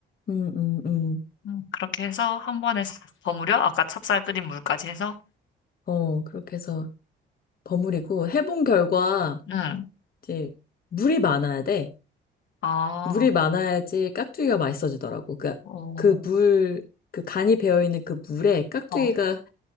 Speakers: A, on the left (about 50°); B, on the left (about 70°).
A: 음, 음, 음.
B: 음, 그렇게 해서 한 번에 싹 버무려. 아까 찹쌀 끓인 물까지 해서.
A: 어, 그렇게 해서 버무리고 해본 결과
B: 응.
A: 이제 물이 많아야 돼.
B: 아,
A: 물이 많아야지 깍두기가 맛있어지더라고. 그,
B: 어,
A: 그 물, 그 간이 배어있는 그 물에 깍두기가
B: 어.